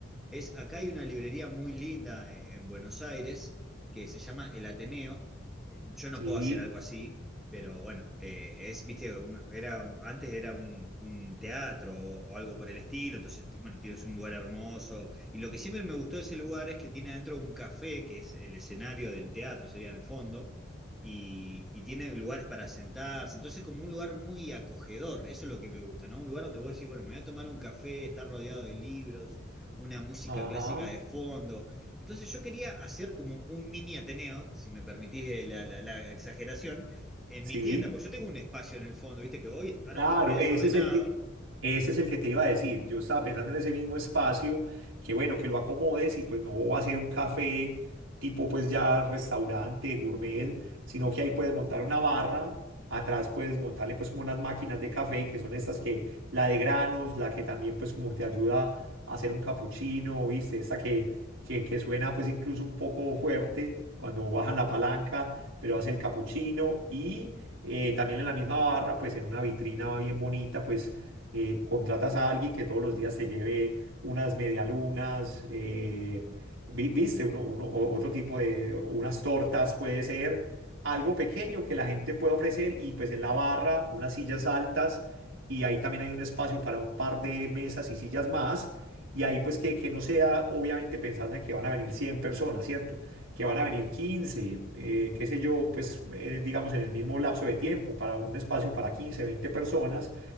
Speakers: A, in the centre; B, on the right (about 75°).
A: es acá hay una librería muy linda en Buenos Aires que se llama El Ateneo. Eh, Yo no
B: Sí,
A: puedo hacer algo así, pero bueno, eh, es, viste, un- era, antes era un, un teatro o, o algo por el estilo, entonces, ti- bueno, tienes un lugar hermoso. Y lo que siempre me gustó de ese lugar es que tiene adentro un café, que es el escenario del teatro, sería el fondo, y, y tiene lugares para sentarse. Entonces, como un lugar muy acogedor, eso es lo que me gusta, ¿no? Un lugar donde vos decís, bueno, me voy a tomar un café, estar rodeado de libros, una música
B: ajá,
A: clásica de fondo. Entonces yo quería hacer como un mini Ateneo, si me permitís eh, la la- la exageración, en
B: sí.
A: mi tienda, pues yo tengo un espacio en el fondo, viste que hoy ahora
B: Claro,
A: está re desordenado,
B: ese es el que, ese es el que te iba a decir. Yo estaba
A: mm,
B: pensando en ese mismo espacio, que bueno, que lo acomodes y pues no va a ser un café tipo pues ya restaurante, gourmet, sino que ahí puedes montar una barra, atrás puedes montarle pues como unas máquinas de café, que son estas que, la de granos, la que también pues como te ayuda a hacer un capuchino, ¿viste? Esta que, que, que suena pues incluso un poco fuerte cuando bajan la palanca, pero hace el capuchino y eh, también en la misma barra, pues en una vitrina va bien bonita, pues eh, contratas a alguien que todos los días te lleve unas medialunas, eh,
A: mm,
B: vi- viste, uno, uno, o- otro tipo de, unas tortas puede ser, algo pequeño que la gente pueda ofrecer y pues en la barra unas sillas altas y ahí también hay un espacio para un par de mesas y sillas más y ahí pues que, que no sea obviamente pensando en que van a venir 100 personas, ¿cierto? que van a venir 15, eh, qué sé yo, pues eh, digamos en el mismo lapso de tiempo, para un espacio para 15, 20 personas,